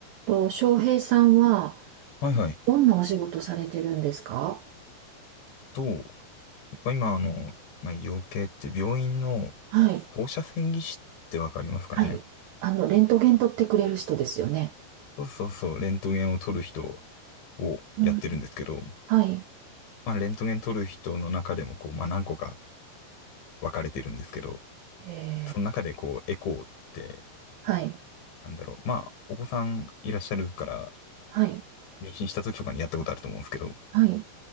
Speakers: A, on the right; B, on the left.
A: と、翔平さんは、
B: はいはい。
A: どんなお仕事されてるんですか
B: と、やっぱ今、あの、まあ、医療系って病院の
A: はい。
B: 放射線技師ってわかりますかね
A: はい。あの、レントゲン取ってくれる人ですよね。
B: そうそうそう、レントゲンを撮る人をやってるんですけど、
A: うん。はい。
B: まあ、レントゲン撮る人の中でも、こう、まあ、何個か分かれてるんですけど、
A: えー、
B: その中で、こう、エコーって、
A: はい。
B: なんだろう、まあ、お子さんいらっしゃるから、
A: はい。
B: 妊娠した時とかにやったことあると思うんですけど、
A: はい。